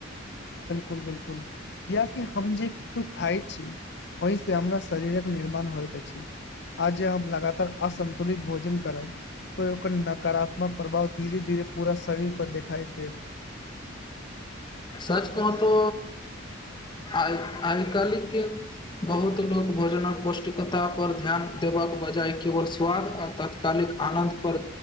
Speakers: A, on the left; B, on the left.
A: बिलकुल बिलकुल कियकि हम जे किछु खाइ छी ओहि से हमरा शरीरक निर्माण होइत छीी आज हम लगातार असन्तुलित भोजन करब त ओकर नकारात्मक प्रभाव धीरे धीरे पूरा शरीर पर दिखाई देत
B: सच कहो तो आइ आइ कालि के बहुत लोगों भोजनक पौष्टिकता पर ध्यान दे बजाय केवल स्वाद आ तात्कालिक आनन्द पर